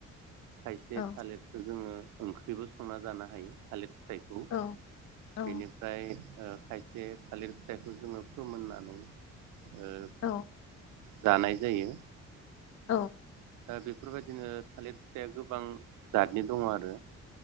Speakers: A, on the right; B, on the left.
A: खायसे
B: औ
A: थालिरखौजोङो ओंख्रिबो संना जानो हायो थालिर बेखौ
B: औ औ
A: बेनिफ्राय ओ खायसे थालिर फिथाइखौ जोङो फोमोननानै ओ
B: औ
A: जानाय जायो।
B: औ
A: दा बेफोरबायदिनो थालिर फिथाइया गोबां जातनि दङ आरो